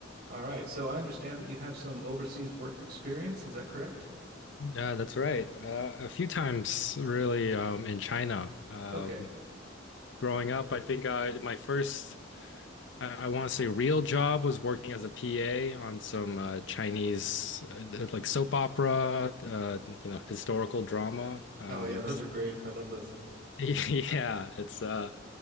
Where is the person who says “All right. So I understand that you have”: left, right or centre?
Right